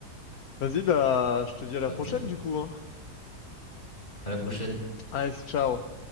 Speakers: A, on the left; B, on the left.
A: Vas-y, bah. Je te dis à la
B: Ah,
A: prochaine,
B: t'es bon.
A: du coup, hein.
B: À la prochaine.
A: Allez, ciao.